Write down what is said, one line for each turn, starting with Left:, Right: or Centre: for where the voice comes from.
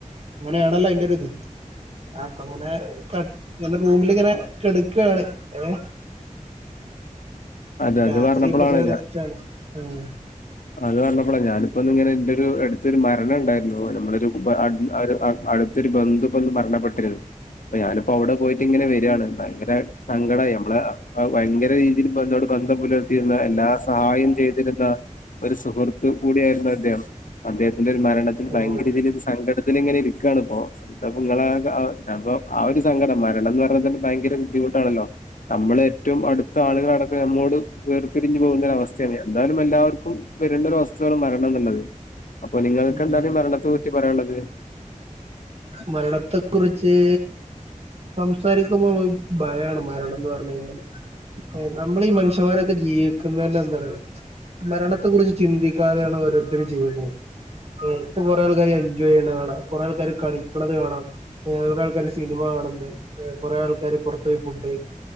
Right: അങ്ങനെയാണല്ലോ അയിന്റെത് ആ അങ്ങനെ കട്ട് ഇങ്ങനെ റൂമിലിങ്ങനെ കെടുക്കയാണ് ഏ
Left: അത്
Right: രാത്രി
Left: അത് പറഞ്ഞപ്പോഴാണ്
Right: പൊതുവേ റസ്റ്റ്ണ് ഉം
Left: അത് പറഞ്ഞപോഴ ഞാനിപ്പോ ഇങ്ങനെ എൻ്റെ ഒരു അടു അടുത്തരു മരണ ഉണ്ടായിരുന്നു നമ്മള ഒരു കുട് അടു അത് <unintelligible> അടുത്തൊരു ബന്ധു ഇപ്പം മരണപ്പെട്ടിരുന്നു അ ഞാനിപ്പോ അവിടെ പോയിട്ട് ഇങ്ങനെ വരാണ് ഭയങ്കര സങ്കടമായി നമ്മളെ ഭയങ്കര രീതിയില് ബന്ധവാണ് ബന്ധം പുലർത്തീന്ന എല്ലാ സഹായം ചെയ്തിരുന്ന ഒരു സുഹൃത്ത് കൂടെയായിരുന്നു അദ്ദേഹം അദ്ദേഹത്തിന്റെ ഒരു മരണത്തിൽ ഭയങ്കര
Right: ഓ
Left: രീതിയിലുള്ള സങ്കടം ത്തിലിങ്ങനെ ഇരിക്കാണ് ഇപ്പോ എന്താ ഇപ്പൊ നിങ്ങളെ അ ആ ഒരു സങ്കടം മരണം എന്ന് പറഞ്ഞാ ഭയങ്കര ബുദ്ധി മുട്ടാണല്ലോ നമ്മൾ ഏറ്റവും അടുത്ത ആളുകളടക്കം നമ്മോട് വേർപരിഞ്ഞു പോകുന്ന ഒരു അവസ്ഥയാണ് എന്തായാലും എല്ലാവർക്കും ക്കും വരുന്ന ഒരു അവസ്ഥയാണ് മരണം എന്നുള്ളത് അപ്പൊ നിങ്ങൾക്ക്
Right: ഉം
Left: എന്താണ് മരണത്തെ- ക്ക് പറയാൻള്ളത്
Right: മരണത്തെ കുറിച്ച് സംസാരിക്കുമ്പോ മ്മഹ് ഭയാണ് മരണം ന്ന് പർഞഴിഞ്ഞാൽ നമ്മളീ ഈ മനുഷ്യന്മാരൊക്കെ ജീവിക്കുന്നേന്നെ എന്താറ്യോ മരണത്തെ കുറിച്ച് ചിന്തിക്കാതെയാണ് ഓരോരുത്തരും ജീവിക്കുന്നത് ഏഹ് അപ്പൊ കൊറെ ആൾക്കാര് എൻജോയ് ചെയ്യ്ണത് കാണാം കുറെേ ആൾക്കാര് കളിക്കണത് കാണാം ഏ കുറെ ആൾക്കാാര് സിനിമ കാണ്ന്ന് എഹ് കൊറേ ആൾക്കാര് പൊർത്തോയ് ഫുഡ് കഴി